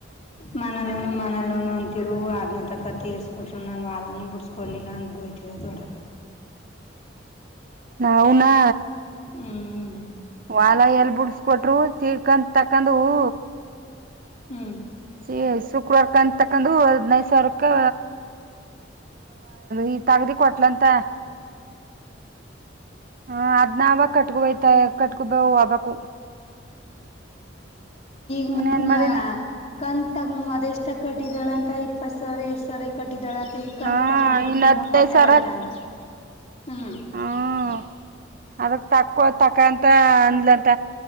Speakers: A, on the left; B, on the right.
A: ಮನಲೋನು ಮನಲೋನು ಅಂತಿರು ಅನ ತಕ್ಕ ತೀರ್ಸ. ಸ್ಟಟ್ಟರು ನಾನು ವಾಲೂ ಬಿಡ್ಸ್ಕೊಂಡನಿಲ್ಲ ಅನ್ಭೋಯ್ತಿದೆ ದೊಡಗೆ.
B: ನವುನಾ
A: ಹ್ಮ್.
B: ವಾಲ ಎಲ್ ಬಿಡ್ಸ್ಕೊಟ್ರು ತಿಳ್ಕೊಂಡ ತಕೊಂಡವು
A: ಹ್ಮ್.
B: ಸ ಶುಕ್ರವಾರಕ ಅಂತ ತಕಂದುು ಹೈದಿನೈದು ಸಾವಿರಕ್ಕೆ. ಈ ತಗದಿ ಕೊಟ್ಲಂತ. ಹ ಅದ್ ನಾವ ಕಟ್ಕಬಯ್ತ ಕಟ್ಕೊಬ ಹಬಬೇಕು
A: <inaudible>
B: ಇನ್ನೇನ್ ಮಾಡೀನಿ
A: ಕಂತು ತಗ ಅದೆ ಎಷ್ಟ ಕಟ್ಟಿದಾಳ ಅಂತ ಇಪ್ಪತ್ ಸಾವಿರ ಎಏಷ್ಟ ಸಾವಿರ ಕಟ್ಟಿದ್ದಾಳಂತ ಈ ಕಂತ
B: ಹ
A: ತ ಕೊಟ್ರ
B: ಇನ್
A: ಪುನಃ
B: ಹದ್ನೈದ
A: ಕೊಟ್ಟಾಳಂತ
B: ಸಾವಿರ
A: ಅಂದ ಹ್ಮ್. <unintelligible>
B: ಹ್ಮ ಅದಕ್ ತಕೋ ತಕಂತ ಅಂದಲಂತ